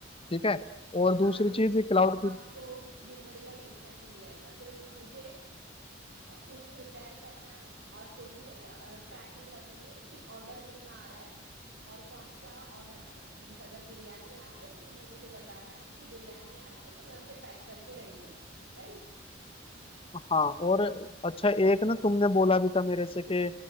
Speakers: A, on the left (about 30°); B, on the right (about 65°).
A: ठीक है और दूसरी
B: हाँ कि
A: चीज ये क्लाउड
B: हमको
A: की
B: डिलीवरी का टेंशन ही नहीं रहेगा सिर्फ मुझे फूड प्रिपेयर करना है और तुम्हें ट्रैकिंग रखनी है कि ऑर्डर कितना आ रहा है और कौन सा ऑर्डर आ रहा है मीन्स अगर बिरयानी आ रही है तो तुम्हें मुझे बताना है कि बिरयानी आ रही है तो मैं उसे पैक करके रेडी रखूँ राइट
A: हाँ और अच्छा एक ना तुमने बोला भी था मेरे से कि